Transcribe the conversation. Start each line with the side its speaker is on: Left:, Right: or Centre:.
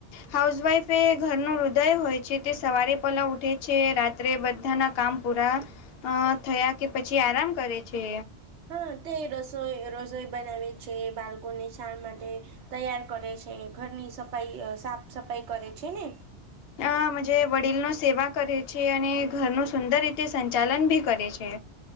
Left: હાઉસવાઈફ એ ઘરનું હૃદય હોય છે, તે સવારે પહેલાં ઉઠે છે, રાત્રે બધાના કામ પૂરા થયા કે, પછી આરામ કરે છે.
Right: હા, તે રસોઈ રસોઈ બનાવી. છે, બાળકો ને નિશાન માટે તૈયાર કરે છે, ઘરની સફાઈ સાફ સફાઈ કરે છે ને.
Left: અ મન્જે વડીલનો સેવા કરે છે, અને ઘરનું સુંદર રીતે સંચાલન ભી કરે છે.